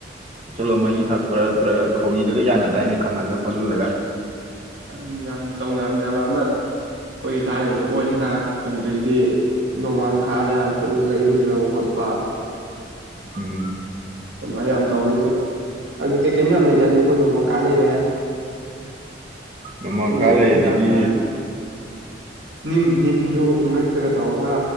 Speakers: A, on the right (about 40°); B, on the right (about 75°).
A: ꯊꯛꯆꯜꯂꯣ ꯃꯍꯤ ꯊꯛꯄ꯭ꯔꯥ ꯅꯠꯇ꯭ꯔꯒ ꯈꯧꯔꯤꯗꯒ ꯌꯥꯟꯅꯗꯥꯏꯅꯦ ꯈꯪꯍꯜꯂ ꯈꯣꯠꯍꯜꯂꯒ
B: ꯌꯥꯝ ꯌꯥꯝ ꯇꯧꯅꯕꯅꯦ ꯑꯃ ꯑꯃ ꯑꯩꯈꯣꯏꯒꯤ ꯊꯥꯏꯅꯗꯤ ꯑꯣꯏ ꯍꯤꯗꯥꯛ ꯑꯗꯩꯗꯤ ꯅꯣꯡꯃꯥꯡꯈꯥꯗ ꯐꯨꯠꯂꯒ ꯏꯔꯨꯖꯕ ꯈꯣꯠꯄ
A: ꯎꯝ
B: ꯑꯗꯨꯃꯥꯏꯅ ꯌꯥꯝ ꯇꯧꯅꯤ ꯑꯗꯣ ꯑꯗꯨꯗꯤ ꯀꯩꯀꯩꯅꯣ ꯌꯥꯝ ꯂꯩꯗꯥꯏꯅꯦ ꯑꯩꯈꯣꯏ ꯅꯣꯡꯃꯪꯀꯥ ꯂꯩꯔꯦ
A: ꯅꯣꯡꯃꯥꯡꯈꯥ
B: ꯀꯩꯀꯩ ꯂꯩ ꯍꯤꯗꯥꯛꯇ
A: ꯑꯗꯒꯤ
B: ꯅꯤꯝ ꯅꯤꯝꯁꯨ ꯉꯛꯇꯒ ꯇꯧꯔꯒ